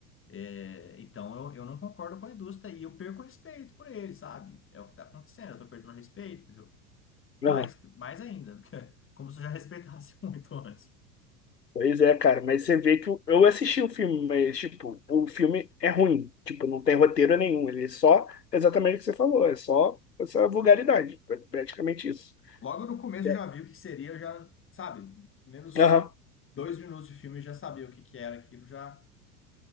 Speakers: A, on the left; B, on the left.
A: é, então eu, eu não concordo com a indústria e eu perco o respeito por ele, sabe? É o que está acontecendo, eu tô perdendo o respeito, entendeu? Mais,
B: Aham.
A: mais ainda, <laughs> porque- como se eu já respeitasse <laughs> muito antes.
B: Pois é, cara, mas você vê que eu eu assisti o filme, mas, tipo, o filme é ruim. Tipo, não tem roteiro nenhum. Ele é só exatamente o que você falou. É só essa vulgaridade. É Praticamente isso.
A: Logo no começo
B: É.
A: eu já vi o que seria, eu já, sabe, menos
B: Aham.
A: dois minutos de filme eu já sabia o que que era aquilo, já